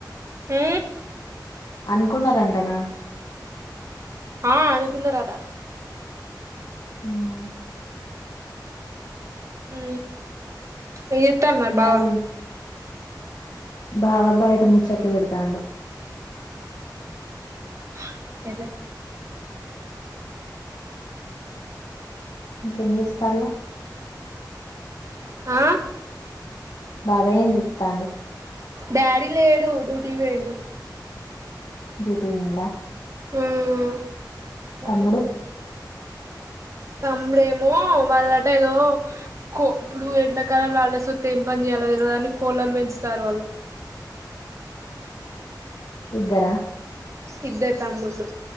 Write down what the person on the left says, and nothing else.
అనుకున్నారంటానా
ఉహు
ఇవాళ
బావా బయట ముచ్చట్లు పెడుతాండు
ఇంకేం చేస్తాళ్ళు
బాబాయ్ ఏం చెత్తండు
డ్యూటీ పోయిండా
తమ్ముడు
ఇద్దారా